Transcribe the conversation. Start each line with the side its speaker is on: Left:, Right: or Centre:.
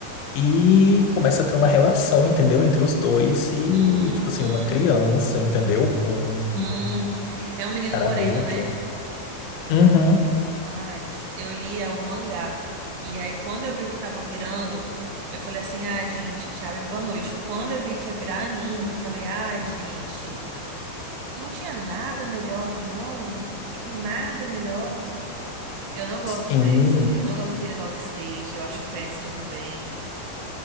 Left: E começa a ter uma relação, entendeu? Entre os dois e,
Right: Uhum.
Left: tipo assim, uma criança, entendeu? Com um
Right: Uhum. É um menino
Left: cara
Right: moreno,
Left: adulto.
Right: né?
Left: Uhum,
Right: Ai, eu lia o mangá. E aí, quando eu vi o que tava virando, eu falei assim: ai, gente, tchau e boa noite. Quando eu vi que ia virar anime, eu falei: ai, gente. Não tinha nada melhor, não. Tipo, nada melhor. Eu não gosto
Left: sim.
Right: desse. Eu não gosto daquele Love Stage. Eu acho péssimo também.